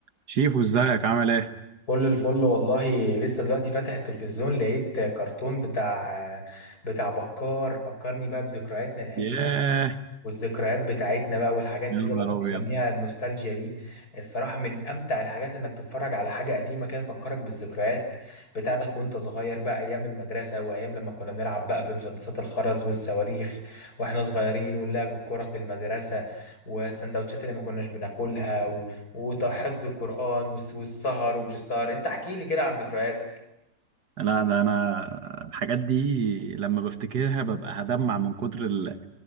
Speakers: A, on the right; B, on the left.
A: شيفو ازيك عامل ايه؟
B: كل الفل والله لسه دلوقتي فاتح التلفزيون لقيت كرتون بتاع بتاع بكار فكرني بقى بذكرياتنا القديمة
A: ياه
B: والذكريات بتاعتنا بقى والحاجات
A: يا
B: كده
A: نهار
B: اللي هو بيسميها
A: ابيض
B: النوستالجيا دي الصراحة من أمتع الحاجات إنك تتفرج على حاجة قديمة كده تفكرك بالذكريات بتاعتك وأنت صغير بقى أيام المدرسة وأيام لما كنا بنلعب بقى بمسدسات الخرز والصواريخ وإحنا صغيرين واللعب الكورة في المدرسة والسندوتشات اللي ما كناش بناكلها و- وحفظ القرآن والس- والسهر ومش السهر أنت احكي لي كده عن ذكرياتك
A: لا ده انا الحاجات دي لما بفتكرها ببقى هدمع من كتر ال...